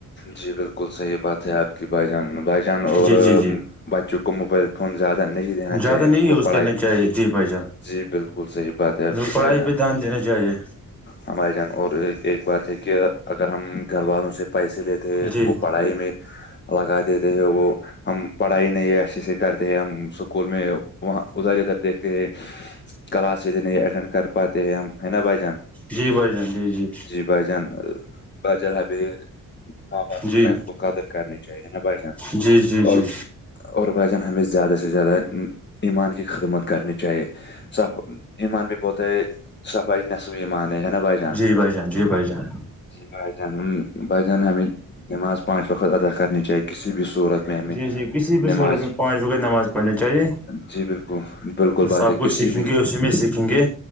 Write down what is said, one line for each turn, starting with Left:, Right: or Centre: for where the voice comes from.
Left: جی بالکل صحیح بات ہے آپ کی بائی جان بھائی جان اور
Centre: جی جی جی
Left: بچوں کو موبائل زیادہ نہیں دینا
Centre: زیادہ
Left: چاہیے
Centre: نہیں
Left: ان
Centre: یوز
Left: کو پڑھائے
Centre: کرنے چاہیے جی بھائی جان
Left: جی بالکل صحیح بات ہے آپ
Centre: پڑھائی
Left: جان
Centre: پہ دھیان دینا چاہیے
Left: ہاں بھائی جان اور ایک بات ہے کہ اگر ہم گھر والوں سے پیسے لیتے
Centre: جی
Left: وہ پڑھائی میں لگا دیتے ہیں وہ ہم پڑھائی نہیں اچھے سے کرتے ہیں ہم اسکول میں وہاں ادھر ادھر دیکھتے ہیں کلاس نہیں اٹینڈ کر پاتے ہیں ہم ہے نا بھائی جان
Centre: جی بھائی جان جی جی
Left: بجان بجا ہے بھی <unintelligible> ماں باپ کی
Centre: جی
Left: بس کو قدر کرنی چاہیے نا بھائی جان
Centre: جی جی جی
Left: اور اور بھائی جان ہمیں زیادہ سے زیادہ ایمان کی خدمت کرنی چاہیے صف ایمان بھی بہت ہے صفائی نصف ایمان ہے نا بھائی جان
Centre: جی بھائی جان جی بھائی جان
Left: جی ب جان ب جان ہمیں نماز پانچ وقت ادا کرنی چاہے کسی بھی صورت میں ہمیں
Centre: جی جی کسی بھی
Left: نماز
Centre: شورت میں پانچ وقت نماز پڑھنی چاہیے
Left: جی بالکل بالکل بات
Centre: سب
Left: ہے
Centre: کچھ
Left: کسی
Centre: سیکھیں
Left: بھی
Centre: گے اسی میں سیکھیں گے